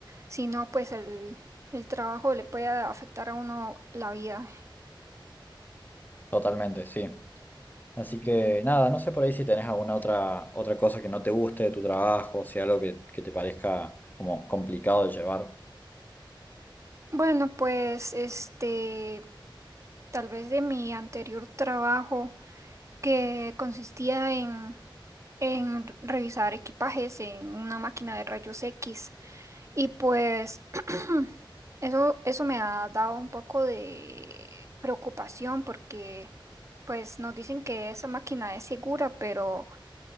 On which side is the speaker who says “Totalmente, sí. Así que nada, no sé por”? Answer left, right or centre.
Left